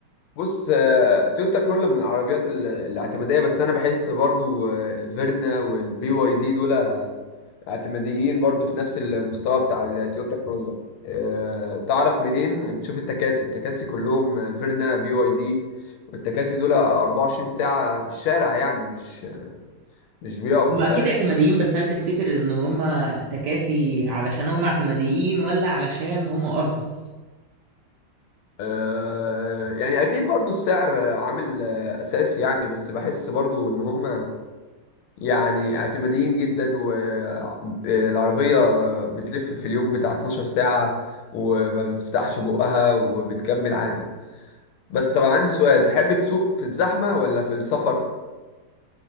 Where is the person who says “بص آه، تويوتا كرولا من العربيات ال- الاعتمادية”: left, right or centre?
Left